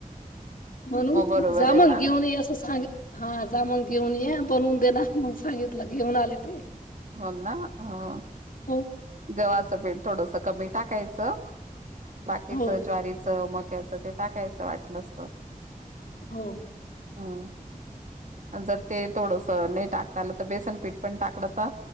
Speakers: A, on the left (about 70°); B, on the right (about 60°).
A: म्हणून
B: मग बरोबर
A: जा
B: आहे
A: मग
B: ना
A: घेऊन ये असं सांग हा जा मग घेऊन ये बनवून देणार मग सांगितलं घेऊन आले ते.
B: हो ना हा.
A: हो!
B: गव्हाचं पीठ थोडस कमी टाकायचं बाकीच
A: हो
B: ज्वारीच, मक्याचं ते टाकायचं वाटलंच तर
A: हो
B: हम्म. जर ते थोडंस नाही टाकता आलं तर बेसन पीठ पण टाकलं त